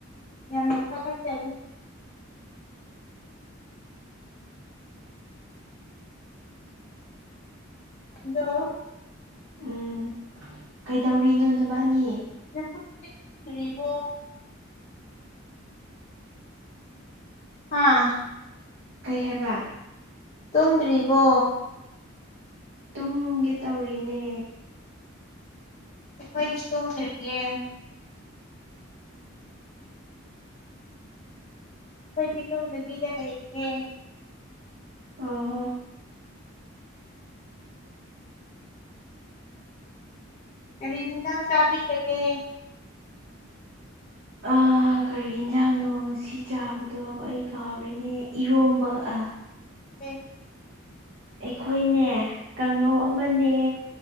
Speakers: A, on the left; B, on the right.
A: ꯌꯥꯝꯅ ꯐꯒꯠꯆꯔꯤ ꯍꯗꯣ
B: ꯎꯝ ꯀꯩꯗꯧꯔꯤꯅꯣ ꯅꯕꯥꯅꯤ
A: <inaudible> ꯑꯥ
B: ꯀꯩ ꯍꯥꯏꯕ
A: ꯇꯨꯝꯗ꯭ꯔꯤꯕꯣ
B: ꯇꯨꯝꯒꯦ ꯇꯧꯔꯤꯅꯦ꯫
A: ꯑꯩꯈꯣꯏꯗꯤ ꯇꯨꯝꯗ꯭ꯔꯤꯌꯦ꯫ ꯑꯩꯈꯣꯏꯗꯤ ꯇꯨꯝꯗꯕꯤꯗ ꯂꯩꯔꯤꯌꯦ꯫
B: ꯑꯣ___
A: ꯀꯔꯤ ꯍꯦꯟꯖꯥꯡ ꯆꯥꯕꯤꯔꯒꯦ?
B: ꯑꯥ <unintelligible> ꯀꯔꯤ ꯌꯦꯟꯖꯥꯡꯅꯣ ꯉꯁꯤ ꯆꯥꯕꯗꯣ ꯑꯩ ꯀꯥꯎꯔꯦꯅꯦ ꯏꯔꯣꯝꯕ ꯑ꯫
A: ꯑꯦ <inaudible>
B: ꯑꯩꯈꯣꯏꯅꯦ ꯀꯥꯡꯉꯧ ꯑꯃꯅꯦ____